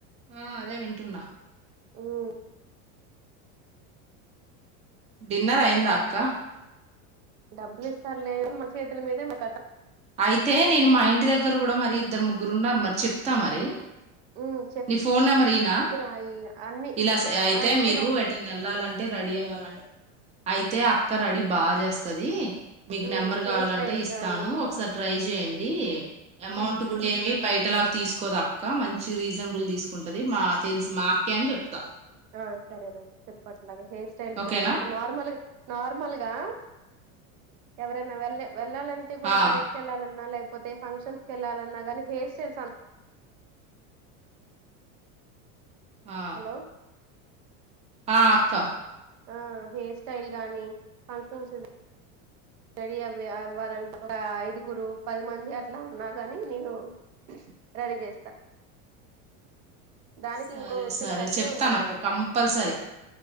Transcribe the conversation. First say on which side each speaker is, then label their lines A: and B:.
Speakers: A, on the right; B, on the right.
A: ఆ అదే వింటున్నా
B: మ్
A: డిన్నర్ అయిందా అక్క
B: డబ్బులు ఇస్తారో లేదో మన చేతుల మీదే మాకు అర్
A: అయితే నేను మా ఇంటి దగ్గర కూడా మరి ఇద్దరు ముగ్గురు గురున్నారు మరి చెప్తా మరి
B: ఉమ్
A: నీ ఫోన్ నెంబర్ ఈయనా
B: చెప్పురా ఈ అన్ని
A: ఇలా అయితే
B: ఆ ఇవ్వురా
A: మీరు ఎటన్న వెళ్లాలంటే టే రెడీ అవ్వాలండి అయితే అక్క రెడీ బాగా చేస్త స్తదీ మీకు
B: ఉమ్
A: నెంబర్
B: హెయిర్
A: కావాలంటే
B: స్టైల్స్
A: ఇస్తాను
B: గానీ
A: ఒకసారి ట్రై చేయండి అమౌంట్ కూడా ఏమి బయటలాగా తీసుకోదు అక్క మంచి రీజ బుల్ తీసుకుంటది మా తెలుసు మా అక్కే అని చెప్తా
B: ఆ సరేన చెప్పండి అలాగ హెయిర్ స్టైల్స్
A: ఓకేనా
B: గానీ ఇప్పుడు నార్మల్గా నార్మల్ గా ఎవరన్నా వెళ్ళే వెళ్లాలంటే కూడా
A: ఆ
B: బయటికి వెళ్ళాలన్నా లేదా కాకపోతే ఫంక్షన్స్ కెళ్ళాలన్నా కానీ హెయిర్ స్టైల్స్ అ
A: ఆ
B: హలో
A: ఆ అక్క
B: ఆ హెయిర్ స్టైల్ గాని ఫంక్షన్స్ రెడీ అవ అవ్వాలంటే ఒక ఐదుగురు పది మంది అట్లా ఉన్నా కాని నేను రెడీ చేస్తా దానికి
A: సరే
B: ఇంకో కొంచెం
A: సరే
B: తక్కువే
A: చెప్తాను
B: ఉంటదిరా
A: అక్క కంపల్సరీ